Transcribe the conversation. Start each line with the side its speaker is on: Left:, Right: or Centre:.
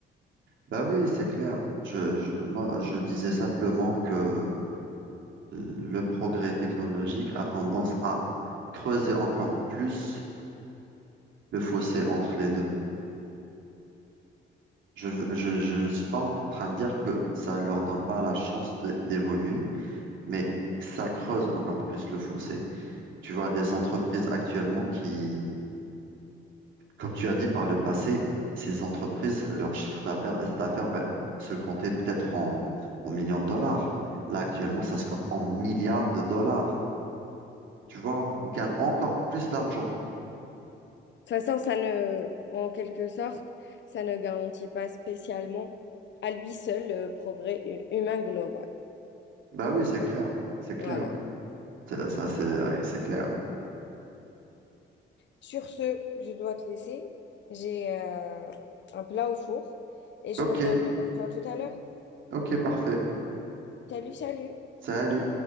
Right: bah oui, c'est clair. Je, je- moi, je disais simplement que euh, le progrès technologique a tendance à creuser encore plus le fossé entre les deux. Je ne je- je ne suis pas en train de dire que ça ne leur donne pas la chance de- d'évoluer, mais ça creuse encore plus le fossé. Tu vois, des entreprises actuellement qui, comme tu as dit par le passé, ces entreprises, leur chiffre d'affaires d'affaires, ben, se comptait peut-être en, en millions de dollars. Là, actuellement, ça se compte en milliards de dollars. Tu vois, ils gagnent encore plus d'argent.
Left: De toute façon, ça ne, en quelque sorte, ça ne garantit pas spécialement à lui seul le progrès hu- humain global.
Right: Bah oui, c'est clair, c'est clair.
Left: Voilà.
Right: Ça, ça, c'est c'est clair.
Left: Sur ce, je dois te laisser. J'ai euh, un plat au four et je
Right: Ok,
Left: reviendrai vers toi tout à l'heure.
Right: ok, parfait.
Left: Salut, salut!
Right: Salut.